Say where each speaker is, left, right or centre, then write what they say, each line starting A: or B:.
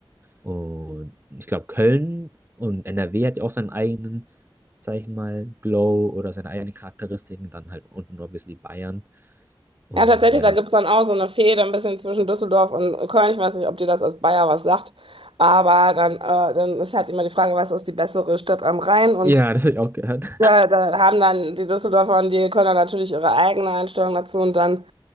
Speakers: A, on the right; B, on the right.
A: Und ich glaube, Köln und NRW hat ja auch seinen eigenen, sag ich mal, Glow oder seine eigenen Charakteristiken. Dann halt unten nur ein die Bayern. Und
B: Ja, tatsächlich,
A: ja.
B: da gibt's dann auch so eine Fehde ein bisschen zwischen Düsseldorf und Köln. Ich weiß nicht, ob dir das als Bayer was sagt, aber dann, äh, dann ist halt immer die Frage, was ist die bessere Stadt am Rhein? Und
A: Ja, <laughs> das habe ich auch gehört.
B: da,
A: <laughs>
B: da haben dann die Düsseldorfer und die Kölner natürlich ihre eigene Einstellung dazu. Und dann,